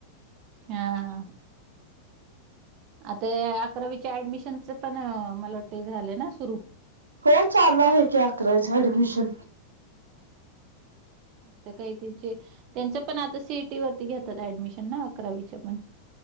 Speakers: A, on the right; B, on the right.
A: हा हा हा. आता ये अकरावीच्या ऍडमिशनच पण मला वाटंतय झालं ना सुरु
B: हो चालू आहे की अकरावी ऍडमिशन.
A: ता काही त्यांचे त्यांच पण आता सीईटी वरती घेतात ऍडमिशन ना अकरावीच्या पण.